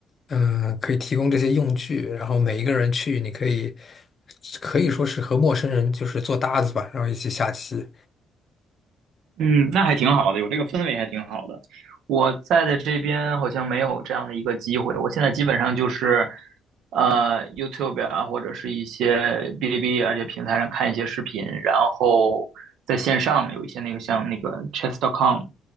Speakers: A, on the left; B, on the right.
A: 嗯、呃可以提供这些用具，然后每一个人去，你可以可以说是和陌生人就是做搭子吧，然后一起下棋。
B: 嗯，那还挺好的，有这个氛围还挺好的。我在的这边好像没有这样的一个机会，我现在基本上就是，呃，YouTube 啊，或者是一些哔哩哔哩啊这些平台上看一些视频，然后在线上有一些那个像那个 Chess.com，